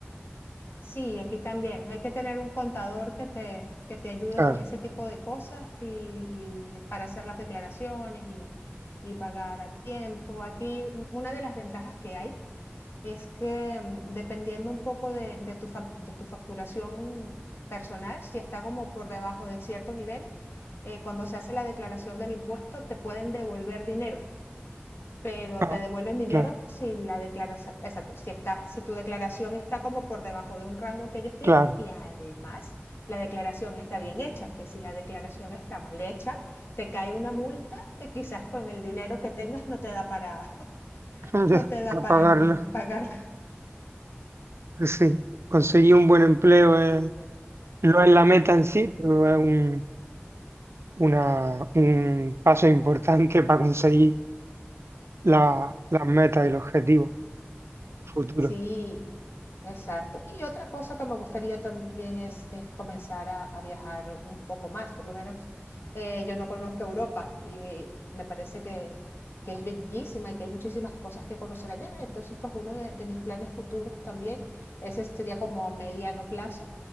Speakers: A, on the left; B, on the right.
A: Sí, aquí también hay que tener un contador que te, que te ayude
B: claro,
A: con ese tipo de cosas y, y para hacer las declaraciones y, y pagar a tiempo. Aquí u- una de las ventajas que hay es que mm, dependiendo un poco de, de tu, fac- de tu facturación personal, si está como por debajo de cierto nivel, eh, cuando se hace la declaración del impuesto, te pueden devolver dinero. pero
B: ah,
A: te devuelven dinero
B: claro,
A: si la declaración, exacto, si está, si tu declaración está como por debajo de un rango que ellos tienen
B: claro,
A: y además la declaración está bien hecha, que si la declaración está mal hecha, te cae una multa que quizás con el dinero que tengas no te da para, <laughs>
B: <laughs>
A: no
B: Ya,
A: te da
B: para
A: para
B: pagarlo,
A: pagarla.
B: sí, conseguir un buen empleo es... No es la meta en sí, pero es un, una, un paso importante para conseguir la- las metas y los objetivos futuros.
A: Sí, Exacto. Y otra cosa que me gustaría también es, es comenzar a, a viajar un poco más, por lo menos eh, yo no conozco Europa y me parece que, que es bellísima y que hay muchísimas cosas que conocer allá. Entonces, pues uno de, de mis planes futuros también, ese sería como a mediano plazo,